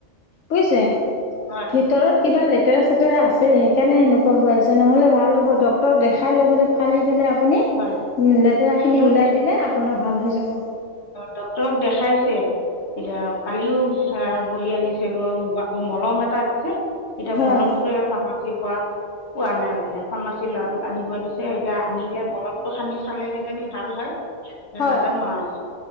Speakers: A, on the left (about 80°); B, on the left (about 65°).
A: বুয়িছে
B: হয়
A: ভিতৰত কিবা লেতেৰা চেতেৰা আছে সেইকাণে সেনেকুৱা হৈ আছে নহ'লে ভাল হ'ব ডক্তৰক দেখাই লৈ পেলাই ফালি পেলাই আপুনি
B: হয়
A: লেতেৰা খিনি
B: ন
A: উলাই দিলে আপোনাৰ ভাল হৈ যাব।
B: ডক্তৰক দেখাইছে এতিয়া কালিও হা বৰি আনিছে গৈ আকৌ মলম এটা দিছে। এতিয়া
A: হয়
B: মলমটোয়ে এখন মাখি পৱা পোৱা নাই বোলে ফাৰ্মাচীৰ ল'ৰাটোক আনিব দিছে এতিয়া আনিলে মলমটো সানি চালে কি জানি ভাল হয় এতিয়া
A: হয়
B: নাজানো আৱ